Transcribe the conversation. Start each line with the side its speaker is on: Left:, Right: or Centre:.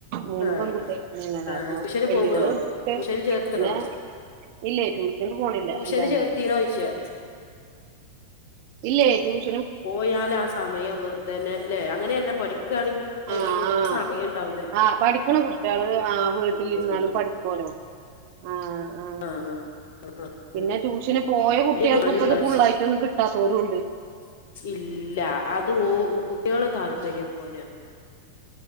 Right: മൂന്നും
Left: ആഹ്
Right: പെൺകുട്ടികന്നടാ
Left: ആഹ്
Right: അപ്പൊ
Left: ട്യൂഷന്
Right: വല്ലിയോള്
Left: പോവോ
Right: പിന്നെ
Left: ട്യൂഷന് ചേർത്തണോ
Right: ഇല്ല ട്യൂഷന് പോണില്ല
Left: ട്യൂഷന്
Right: അല്ലെന്ന
Left: ചേർത്തീനോയ്ച്ചാ
Right: ഇല്ല ട്യൂഷ
Left: പോയാൽ ആ സമയം വെറുതെനല്ലേ അങ്ങനെ അല്ല പടിക്കണേൽ
Right: ആഹ് ആഹ്
Left: സമയം ഉണ്ടാവൂല
Right: ആഹ് പഠിക്കണ കുട്ടിയെൾ വീട്ടിൽ
Left: പോവാണെങ്കില്
Right: ഇരുന്നാലും പഠിക്കാല്ലോ ആഹ
Left: ആഹ് ആഹ് ആഹ്
Right: പിന്നെ
Left: ആഹ്
Right: ട്യൂഷന് പോയ കുട്ടികൾക്ക്
Left: അയ്നിപ്പ ഞാനും
Right: ഇപ്പത്
Left: വിചാരിച്ച്
Right: ഫുള്ളായിട്ട് കിട്ടാത്തൊരുണ്ട്
Left: ഇല്ല അത് ഓ കുട്ടികളെ താല്പര്യം പോലെ